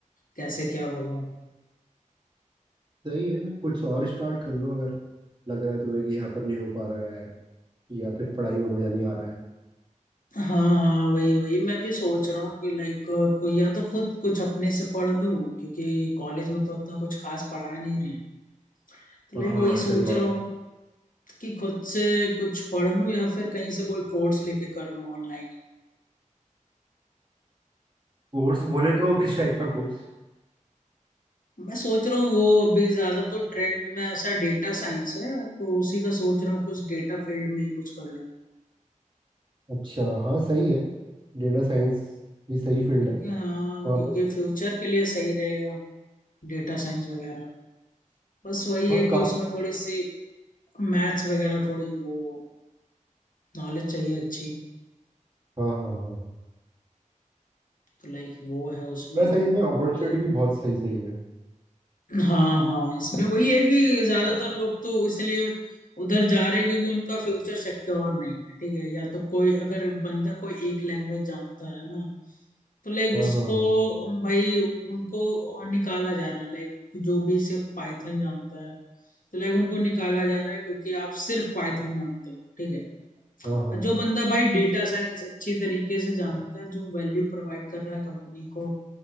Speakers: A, on the left; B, on the right.
A: कैसे क्या होगा
B: सही है कुछ और स्टार्ट कर लो अगर लग रहा है तुम्हें कि यहाँ पर नहीं हो पा रहा है या फिर पढ़ाई में मजा नहीं आ रहा है
A: हाँ हाँ वही वही मैं भी सोच रहा हूँ कि लाइक कोई या तो खुद कुछ अपने से पढ़ लूँ क्योंकि कॉलेज में तो उतना कुछ खास पढ़ा नहीं रहे हैं तो
B: हाँ
A: लाइक
B: हाँ
A: वही सोच
B: सही बात
A: रहा हूँ
B: है
A: कि खुद से कुछ पढ़ लूं या फिर कहीं से कोई कोर्स लेके कर लूं ऑनलाइन ही
B: कोर्स बोले तो किस टाइप का कोर्स
A: मैं सोच रहा हूँ वो अभी ज्यादा तो ट्रेंड में ऐसा डेटा साइंस है तो उसी का सोच रहा हूँ कुछ डेटा फील्ड में ही कुछ कर लूं
B: अच्छा हाँ सही है डेटा साइंस भी सही फील्ड
A: क्योंकि
B: है
A: हाँ
B: वहाँ
A: क्योंकि
B: पर
A: फ्यूचर के लिए सही रहेगा डेटा साइंस वगैरह बस वही
B: हाँ
A: है कि
B: काफी
A: उसमें थोड़ी सी मैथ्स वगैरह थोड़ी वो नॉलेज चाहिए अच्छी
B: हाँ हाँ हाँ
A: तो लाइक वो है उसमें
B: डेटा साइंस
A: तो
B: में अपॉर्चुनिटी
A: वही
B: भी बहुत सही सही है
A: हाँ हाँ इसमें वही है कि ज्यादातर लोग तो इसलिए उधर जा रहे हैं क्योंकि उनका फ्यूचर सिक्योर नहीं है ठीक है या तो कोई अगर बंदा कोई एक लैंग्वेज जानता है ना तो लाइक
B: हाँ
A: उसको
B: हाँ हाँ
A: भाई उनको निकाला जा रहा है लाइक जो भी सिर्फ पाइथन जानता है तो लाइक उनको निकाला जा रहा है क्योंकि आप सिर्फ पाइथन जानते हो ठीक है
B: हाँ हाँ
A: जो बंदा भाई डेटा साइंस अच्छी तरीके से जानता है जो वैल्यू प्रोवाइड कर रहा है कंपनी को